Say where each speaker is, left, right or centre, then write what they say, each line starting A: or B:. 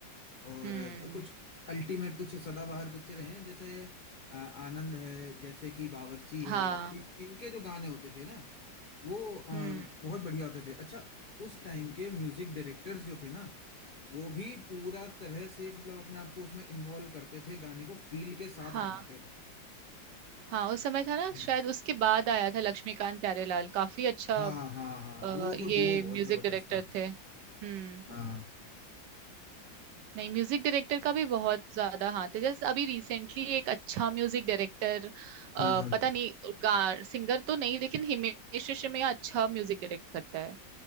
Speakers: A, on the left; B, on the right.
A: और
B: हम्म
A: अ, कुछ अल्टीमेट कुछ सदाबहार पिक्चरें हैं जैसे अ, आनंद है जैसे कि बावर्ची
B: हाँ
A: है इन, इनके जो गाने होते थे ना वो अ,
B: हम्म
A: बहुत बढ़िया होते थे अच्छा उस टाइम के म्यूजिक डायरेक्टर्स जो थे ना वो भी पूरा तरह से मतलब अपने आप को उसमें इन्वॉल्व करते थे गाने को फील के साथ
B: हाँ
A: बनाते थे
B: हाँ उस समय था ना
A: हम्म।
B: शायद उसके बाद आया था लक्ष्मीकांत प्यारेलाल काफी अच्छा
A: हाँ हाँ हाँ
B: अ,
A: वो
B: ये
A: तो डुओ बहुत
B: म्यूजिक
A: जबरदस्त
B: डायरेक्टर
A: था
B: थे हम्म
A: हाँ
B: नहीं म्यूजिक डायरेक्टर का भी बहुत ज्यादा हाथ है जैसे अभी रिसेंटली एक अच्छा म्यूजिक डायरेक्टर
A: हाँ
B: पता नहीं का, सिंगर तो नहीं लेकिन हिमेश रेशमिया अच्छा म्यूजिक डायरेक्ट करता है